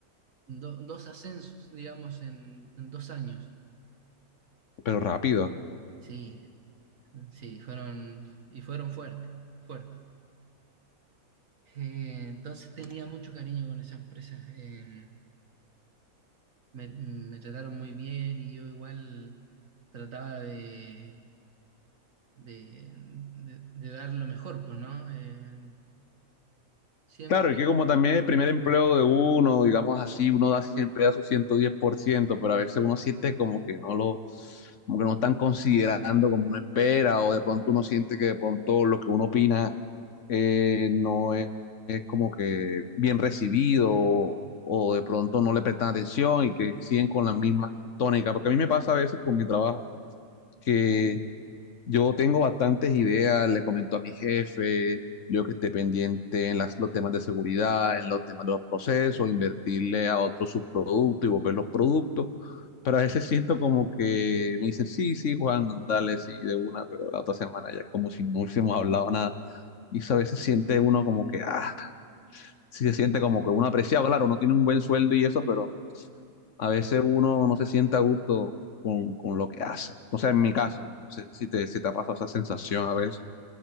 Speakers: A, on the right; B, on the left.
A: do- dos ascensos, digamos, en, en dos años.
B: pero rápido.
A: Sí, sí, fueron, y fueron fuertes, fuertes. Eh, entonces tenía mucho cariño con esa empresa. eh, me, me trataron muy bien y yo igual trataba de de, de- de dar lo mejor, pues, ¿no? Eh, siempre,
B: Claro, y que como también el primer empleo de uno, digamos así, uno da siempre da su 110%, pero a veces uno siente como que no lo, como que no están considerando como uno espera, o de pronto uno siente que de pronto lo que uno opina eh, no es, es como que bien recibido, o, o de pronto no le prestan atención y que siguen con la misma tónica, porque a mí me pasa a veces con mi trabajo que yo tengo bastantes ideas, le comento a mi jefe, yo que esté pendiente en las- los temas de seguridad, en los temas de los procesos, invertirle a otros subproductos y volver los productos, pero a veces <laughs> siento como que me dicen, sí, sí, Juan, dale, sí, de una, pero la otra semana ya es como si no hubiésemos hablado nada. Y eso a veces siente uno como que, ah, sí se siente como que uno apreciado, claro, uno tiene un buen sueldo y eso, pero a veces uno no se siente a gusto con, con lo que hace. O sea, en mi caso, no sé si te, si te ha pasado esa sensación a veces.